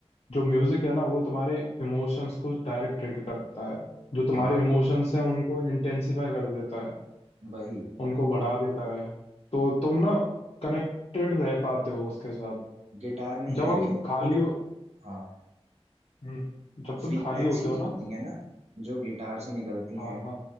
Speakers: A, on the left; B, on the right.
A: जो म्यूजिक है ना वो तुम्हारे इमोशंस को डायरेक्ट हिट करता है जो तुम्हारे
B: हाँ
A: इमोशंस हैं उनको इंटेंसिफाई कर देता है
B: वही
A: उनको बढ़ा देता है तो तुम ना कनेक्टेड रह पाते हो उसके साथ
B: गिटार में ही
A: जब
B: देखें
A: हम खाली
B: वो जो
A: हो-
B: हाँ
A: हम्म, जब तुम
B: फ्रीक्वेंसीज
A: खाली होते हो ना
B: होती है ना जो गिटार से निकलती
A: हाँ
B: हैं
A: हाँ